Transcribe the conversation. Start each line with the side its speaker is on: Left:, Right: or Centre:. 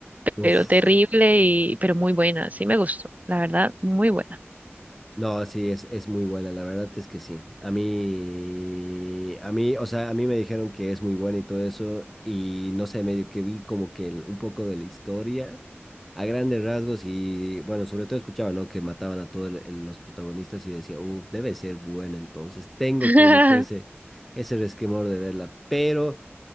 Centre: Uf.
Right: pero terrible y, pero muy buena, sí me gustó, la verdad, muy buena.
Centre: No, sí, es, es muy buena, la verdad es que sí. A mí, a mí, o sea, a mí me dijeron que es muy buena y todo eso, y no sé, medio que vi como que el- un poco de la historia a grandes rasgos y bueno, sobre todo escuchaba, ¿no? Que mataban a todos los protagonistas y decía, uff, debe ser buena, entonces tengo
Right: <laughs>
Centre: como que ese, ese resquemor de verla, pero